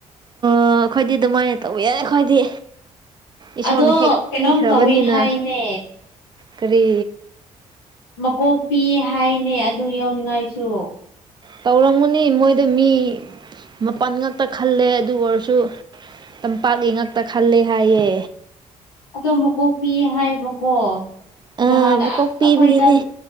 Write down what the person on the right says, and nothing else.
ꯑꯣ ꯑꯩꯈꯣꯏꯗꯤ ꯑꯗꯨꯃꯥꯏꯅ ꯇꯧꯕ ꯌꯥꯏ ꯑꯩꯈꯣꯏꯗꯤ ꯏꯁꯣꯔꯅ
ꯍꯦꯛ
ꯄꯤꯈ꯭ꯔꯕꯅꯤꯅ
ꯀꯔꯤ
ꯇꯧꯔꯝꯒꯅꯤ ꯃꯣꯏꯗꯣ ꯃꯤ ꯃꯥꯄꯜ ꯉꯛꯇ ꯈꯜꯂꯦ ꯑꯗꯨ ꯑꯣꯏꯔꯁꯨ ꯇꯝꯄꯥꯛꯀꯤ ꯉꯥꯛꯇ ꯈꯜꯂꯦ ꯍꯥꯏꯌꯦ
ꯑꯥ
ꯃꯀꯣꯛ
ꯄꯤꯕꯒꯤꯅꯦ